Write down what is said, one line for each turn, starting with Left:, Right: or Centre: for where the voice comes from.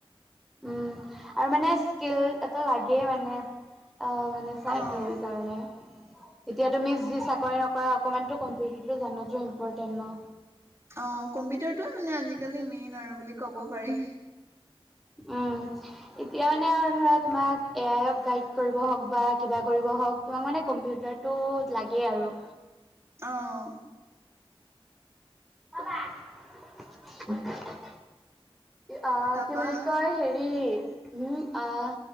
Centre: উম। আৰু মানে স্কিল এটা লাগেই মানে মানে চাই
Right: অ',
Centre: হেৰি কাৰণে এতিয়া তুমি যি চাকৰি নকৰা অকনমানো কম্পিউটাৰ জো ইম্পৰ্টেন্ট ন।
Right: অঁ কম্পিউটাৰটোয়ে মানে আজিকালি মেইন আৰু বুলি ক'ব পাৰি।
Centre: উম এতিয়া মানে আৰু ধৰা তোমাক এ আইক গাইড কৰিব হওক বা কিবা কৰিব। হওঁক বা মানে কম্পিউটাৰ টো লাগে আৰু
Right: অঁ।
Centre: <unintelligible> অঁ
Right: তাৰপা
Centre: কি বুলি কয় হেৰি উম আহ